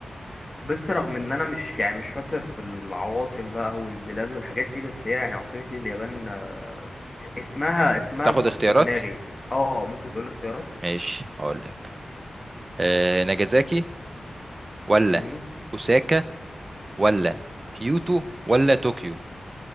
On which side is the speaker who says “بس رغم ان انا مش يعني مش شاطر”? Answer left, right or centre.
Left